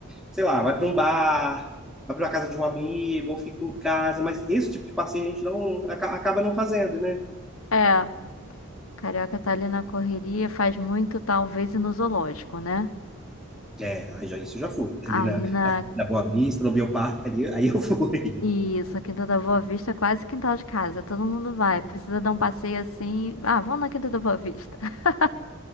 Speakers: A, in the centre; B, on the left.
A: sei lá, vai para um bar, vai para a casa de um amigo, ou fica em casa, mas esse tipo de passeio a gente não aca- acaba não fazendo, né?
B: É. Carioca tá ali na correria, faz muito, talvez, ir no zoológico, né?
A: É, aí já, isso eu já fui. Ali
B: Ali
A: na,
B: na.
A: na, na Boa Vista, no Bioparque, ali, aí eu fui. <laughs>
B: Isso, a Quinta da Boa Vista é quase quintal de casa. Todo mundo vai. Precisa dar um passeio assim. Ah, vamos na Quinta da Boa Vista. <laughs>